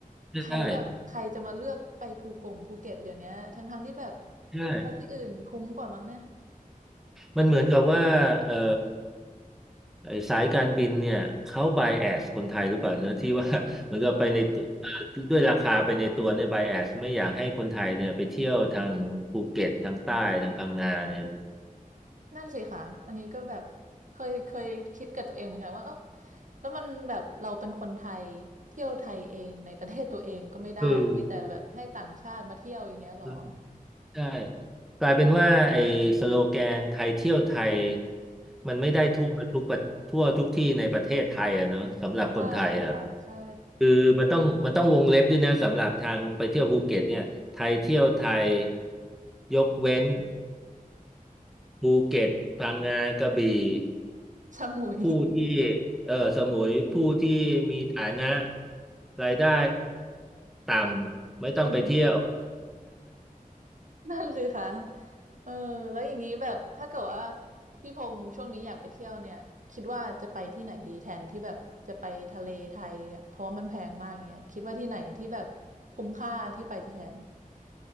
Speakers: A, in the centre; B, on the right.
A: ได้
B: ใครล่ะใครจะมาเลือกไปภูกงภูเก็ตเดี๋ยวเนี้ยทั้งๆที่แบบ
A: ใช่
B: ไปที่อื่นคุ้มกว่ามั้งเนี่ย
A: มันเหมือนกับว่าเอ่อไอ้สายการบินเนี่ยเขาไบแอสคนไทยหรือเปล่าเนอะที่ว่า <laughs> เหมือนกับไปในตัวเอ่อด้วยราคาไปในตัวเนี่ยไบแอสไม่อยากให้คนไทยเนี่ยไปเที่ยวทางภูเก็ตทางใต้ทางพังงาเนี่ย
B: เออนั่นสิค่ะอันนี้ก็แบบเคยเคยคิดกับตัวเองเหมือนกันว่าเออแล้วมันแบบเราเป็นคนไทยเที่ยวไทยเองในประเทศตัวเองก็ไม่ได้มีแต่แบบให้ต่างชาติมาเที่ยวอย่างเงี้ยเหรอ
A: คืออใช่กลายเป็นว่าไอ้สโลแกนไทยเที่ยวไทยมันไม่ได้ทั่วทุกประทั่วทุกที่ในประเทศไทยอะเนอะสำหรับคนไทยอะ
B: ใช่ค่ะใช่
A: คือมันต้องมันต้องวงเล็บด้วยนะสำหรับทางไปเที่ยวภูเก็ตเนี่ยไทยเที่ยวไทยยกเว้นภูเก็ตพังงากระบี่
B: สมุย
A: ผู้ที่เออสมุยผู้ที่มีฐานะรายได้ต่ำไม่ต้องไปเที่ยว
B: <laughs> นั่นสิคะเออ แล้วอย่างนี้แบบถ้าเกิดว่าพี่พงษ์ช่วงนี้อยากไปเที่ยวเนี่ยคิดว่าจะไปที่ไหนดีแทนที่แบบจะไปทะเลไทยอะเพราะว่ามันแพงมากเงี้ยคิดว่าที่ไหนที่แบบคุ้มค่าที่ไปจะแทน